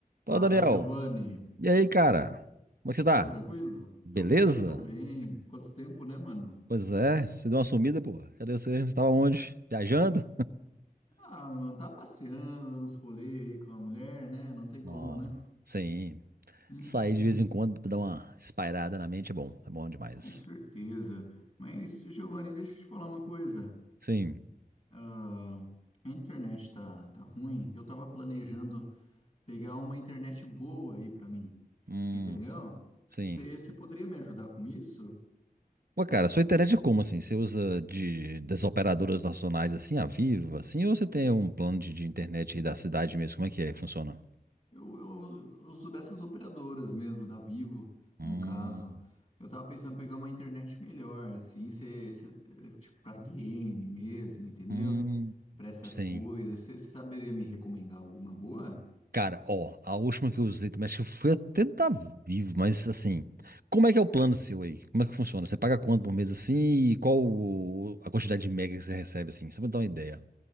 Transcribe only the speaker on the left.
Fala,
Giovanni.
Tudo tranquilo?
Tô bem, tô bem. Quanto tempo, né, mano?
Ah, mano, tá passeando, dando uns rolês aí com a mulher, né? Não tem
como, né?
Uhum,
com certeza. Mas, Giovanni, deixa eu te falar uma coisa.
Ah, a internet tá, tá ruim. Eu tava planejando pegar uma internet boa aí pra mim,
entendeu?
Você poderia me ajudar com isso?
Eu, eu, eu sou dessas operadoras mesmo, da Vivo,
no caso. Eu tava pensando em pegar uma internet melhor, assim, cê, cê- eh, tipo, pra game mesmo, entendeu?
Pra essas
coisas. Você saberia me recomendar alguma boa?